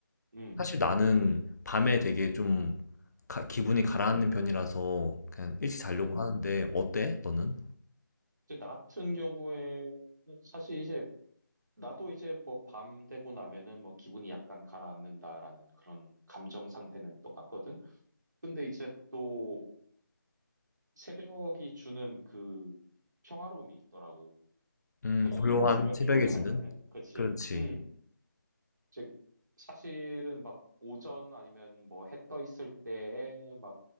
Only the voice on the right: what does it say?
음,
음,
음.
음.
이제 나 같은 경우에 사실 이제 나도 이제 뭐 밤 되고 나면은 뭐 기분이 약간 가라앉는다라는 그런 감정 상태는 똑같거든. 근데 이제 또 새벽이 주는 그 평화로움이 있더라고.
그러니까
이그 새벽에
일을
할 때면, 그치?
음. 즉 사실은 막 오전 아니면 뭐 해 떠 있을 때에 막